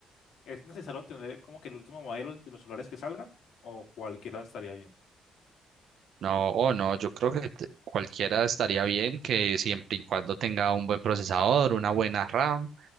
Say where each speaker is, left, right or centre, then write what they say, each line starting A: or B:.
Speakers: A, on the left; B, on the right.
A: es necesario tener como que el último modelo de los celulares que salgan o cualquiera estaría bien?
B: No, o no, yo creo que t- cualquiera estaría bien que siempre y cuando tenga un buen procesador, una buena RAM,